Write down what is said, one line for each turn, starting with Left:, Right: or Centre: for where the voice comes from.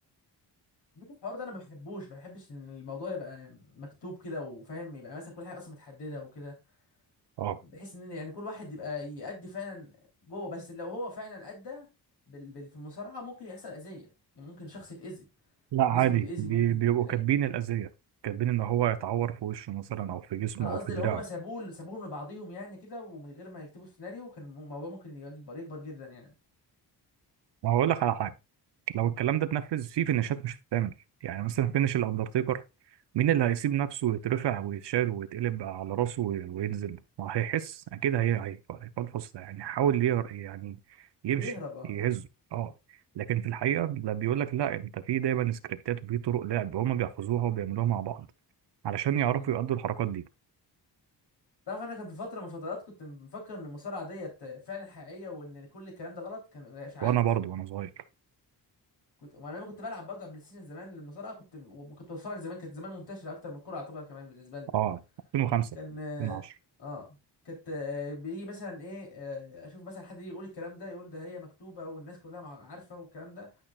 Left: الحوار ده انا ما بحبوش ما بحبش ان الموضوع يبقى مكتوب كده وفاهم يبقى مثلا كل حاجه اصلا متحدده وكده
Right: اه
Left: بحيث ان يعني كل واحد يبقى يأدي فعلا جوه بس لو هو فعلا أدى بال... بال... في المصارعه ممكن يحصل اذيه يعني ممكن شخص يتأذي
Right: لا عادي
Left: جسمه يتأذي
Right: بي
Left: ممكن
Right: بيبقوا
Left: كده
Right: كاتبين
Left: يعني.
Right: الأذية كاتبين إن هو يتعور في وشه مثلا أو في جسمه
Left: انا
Right: أو
Left: قصدي
Right: في دراعه
Left: لو هم سابوه سابوهم لبعضهم يعني كده ومن غير ما يكتبوا السيناريو كان الموضوع ممكن يكبر يكبر جدا يعني
Right: ما هقول لك على حاجة لو الكلام
Left: مم.
Right: ده اتنفذ في فينيشات مش بتتعمل يعني مثلا فينيش الاندرتيكر مين اللي هيسيب نفسه ويترفع ويتشال ويتقلب على راسه وي- وينزل ما هيحس اكيد هي هي- هيفلفص ده يعني حاول ير- يعني يمشي
Left: يهرب اه
Right: يهزه
Left: مم.
Right: اه لكن في الحقيقه لا بيقول لك لا انت في دايما سكريبتات وفي طرق لعب هما بيحفظوها وبيعملوها مع بعض علشان يعرفوا
Left: مم.
Right: يأدوا الحركات دي
Left: تعرف انا كان في فتره من فترات كنت مفكر ان المصارعه ديت فعلا حقيقيه وان كل الكلام ده غلط كان اشاعات
Right: وانا برضو وانا صغير
Left: كنت ما انا لما كنت بلعب برضه على بلاي ستيشن زمان المصارعه كنت كنت بتفرج زمان كانت زمان منتشره اكتر من الكوره يعتبر كمان بالنسبه لنا
Right: اه 2005
Left: كان
Right: 2010
Left: اه كانت آه، بيجي مثلا ايه آه، اشوف مثلا حد يجي يقول الكلام ده يقول ده هي مكتوبه والناس كلها مع- عارفه والكلام ده